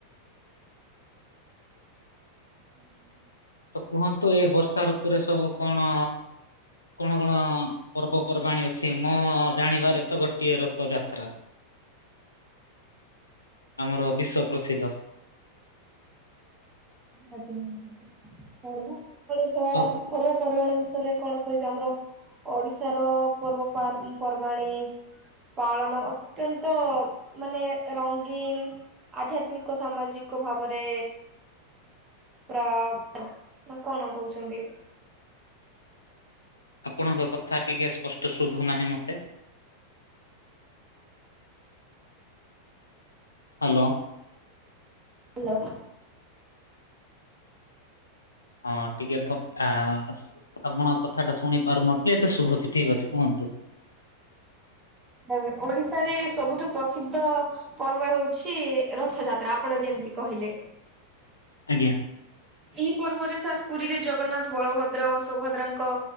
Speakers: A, on the right; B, on the left.
A: ହୁଁ।
B: ତ କୁହନ୍ତୁ ଏଇ ବର୍ଷା ଋତୁରେ ସବୁ କଣ କଣ କଣ ପର୍ବପର୍ବାଣୀ ଅଛି ମୋ ଜାଣିବାରେ ତ ଗୋଟିଏ ରଥଯାତ୍ରା। ଆମର ବିଶ୍ଵ ପ୍ରସିଦ୍ଧ।
A: <inaudible> ପର୍ବପର୍ବାଣ ସ
B: ତ କୁ-
A: ପର୍ବପର୍ବାଣୀ ବିଷୟରେ କଣ? କହିବି ଆମର ଓଡିଶାର ପର୍ବ ପର୍ବାଣି। ପାଳନ ଅତ୍ୟନ୍ତ ମାନେ ରଙ୍ଗୀନ। ଆଧ୍ୟାତ୍ମିକ ସାମାଜିକ ଭାବରେ। ପୁରା ନା କଣ କହୁଛନ୍ତି?
B: ଆପଣଙ୍କ କଥା ଟିକେ ସ୍ପଷ୍ଟ ଶୁଭୁ ନାହିଁ ମତେ। ହାଲୋ।
A: ହାଲୋ।
B: ହଁ ଟିକେ ଫକାଅଁ ହସ। ଆପଣଙ୍କ କଥାଟା ଶୁଣି ପାରୁନଥିଲେ ଏତେ ଶୁଭୁଚି ଠିକ ଅଛି କୁହନ୍ତୁ?
A: ହୁଁ ଓଡିଶାରେ ସବୁଠୁ ପ୍ରସିଦ୍ଧ ପର୍ବ ହେଉଛି ରଥଯାତ୍ରା ଆପଣ ଯେମତି କହିଲେ?
B: ଆଜ୍ଞା।
A: ଏହି ପର୍ବରେ ସାର୍ ପୁରୀରେ ଜଗନ୍ନାଥ ବଳଭଦ୍ର ଓ ସୁଭଦ୍ରାଙ୍କ